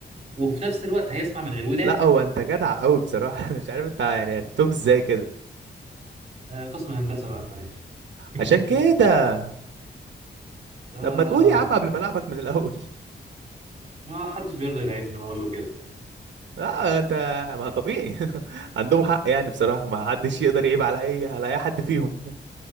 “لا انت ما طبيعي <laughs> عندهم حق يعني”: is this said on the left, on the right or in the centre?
Right